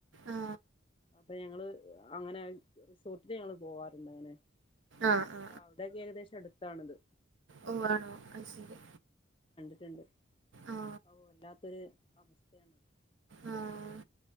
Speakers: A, on the right; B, on the left.
A: ആ
B: അപ്പൊ ഞങ്ങള് അങ്ങനെ റിസോർട്ടിൽ ഞങ്ങൾ പോവാറുണ്ട് ങ്ങനെ
A: ആഹ് അഹ്
B: അപ്പൊ അവിടൊക്കെ ഏകദേശം അടുത്താണത്
A: ഓ ആണോ അത് ശരി
B: ട്ട്ണ്ട്
A: ആ
B: ഓ വല്ലാത്തൊരു അവസ്ഥയാണത്
A: ആ